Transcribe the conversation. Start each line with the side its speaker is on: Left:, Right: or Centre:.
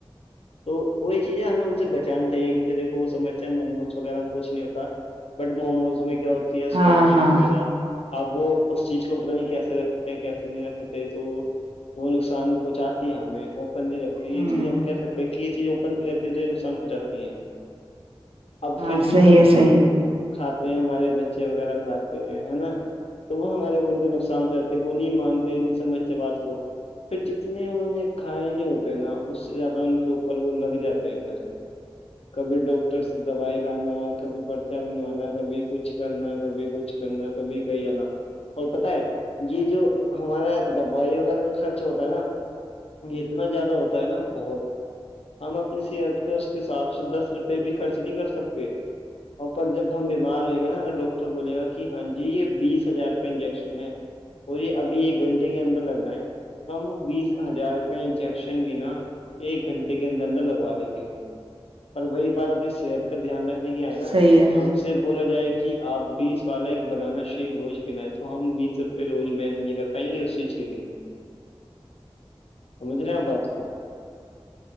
Left: تو وہی چیزیں ہمیں ان سے بچانا اہ کیکہ دیکو وہ سمجھتے ہیں موموز وغیرہ میں کچھ نہیں ہوتا بٹ موموز میں کیا ہوتا
Right: ہاں
Left: سویابین
Right: ہاں
Left: وغیرہ اب وہ اس چیز کو پت نہیں کیسے رکھتے ہیں کیسے نہیں رکھتے تو وہ نقصان پہنچاتی ہے ہمیں اوپنلی
Right: ہ
Left: یہ چیز ہم کہہ سکتے ہیں کہ یہ چیز اوپن نہیں رہتی ہے تو یہ نقصان پہنچاتی ہے اب
Right: ہاں
Left: پھر بھی
Right: صحیح
Left: تب
Right: ہے
Left: بھی
Right: صحیح
Left: ہم
Right: ہے
Left: کھاتے ہیں ہمارے بچے وغیرہ کھاتے ہیں ہے نا تو وہ ہمارے ان کے نقصان سے رہتے وہ نہیں مانتے نہیں سمجھتے بات کو پھر جتنے انہوں نے کھائے نہیں ہوتے نا اس سے زیادہ ان کے اوپر وہ لگ جاتے ہیں پیسے کبھی ڈاکٹر سے دوائی لانا کبھی پرچہ بنوانا کبھی کچھ کرنا کبھی کچھ میں تو بھی کہی ہے نا اور پت ہے یہ جو ہمارا دوائی وغیرہ کا خرچ ہوتا ہے نا اتنا زیادہ ہوتا ہے نا بہت ہم اپنی صحت پہ اس کے کے حساب سے دس روپئے بھی خرچ نہیں کر سکتے اور پر جب ہم بیمار ہوئیں گے نا اگر ڈاکٹر بولے گا کہ ہاں جی یہ بیس ہزار کا انجیکشن ہے وہ یہ ابھی ایک گھنٹے کے اندر لگنا ہے کم بیس ہزار کا انجیکشن بھیناا ایک گھنٹے کے اندر اندر لگوا لیں گے اور بھائی یہ بات اپنی صحت پہ دھیان رکھنے کی آئے نا
Right: صحیح ہے
Left: ہم سے بولا جائے کہ آپ بیس والا ایک بنانا شیک روز بنا ہے تو ہم بیس روپے روز مینج نہیں کرتے پائیں گے اس چیز کے لیے سمجھ رہے ہیں آپ بات کو